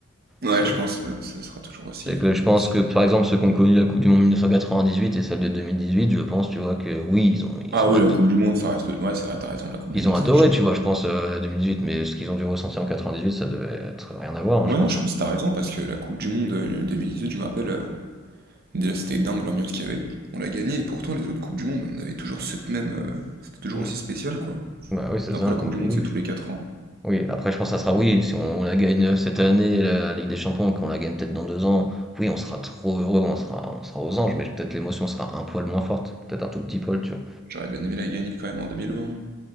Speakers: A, on the right; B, in the centre.
A: Ouais,
B: ça doit
A: je pense
B: être
A: que ce sera toujours aussi,
B: c'est que je pense
A: aussi.
B: que, par exemple, ceux qui ont connu la coupe du monde 1998 et celle de 2018, je pense, tu vois, que oui, ils ont ils
A: Ah
B: ont
A: oui,
B: ado
A: la Coupe du Monde, ça reste. Ouais, c'est vrai, t'as raison, la Coupe du
B: ils
A: Monde,
B: ont adoré,
A: c'est autre chose.
B: tu vois, je pense, heu, 2018, mais ce qu'ils ont dû ressentir en 98, ça devait être rien à voir, hein,
A: Ouais,
B: je pense,
A: non, je
B: hein.
A: pense que t'as raison, parce que la Coupe du Monde euh, 2018, je me rappelle, euh, déjà c'était dingue l'ambiance qu'il y avait. On l'a gagnée, et pourtant, les autres Coupes du Monde, on avait toujours cette même. euh, C'était toujours
B: Mmh.
A: aussi spécial, quoi.
B: Bah, oui, c'est
A: Après,
B: ça,
A: la
B: donc
A: Coupe du Monde,
B: oui.
A: c'est tous les quatre ans.
B: Oui, après je pense que ça sera oui, si on la gagne euh, cette année, la Ligue des Champions, qu'on la gagne peut-être dans deux ans, oui, on sera trop heureux, on sera, on sera aux anges, mais peut-être l'émotion sera un poil moins forte, peut-être un tout petit poil, tu vois.
A: J'aurais bien aimé la gagner quand même en 2020.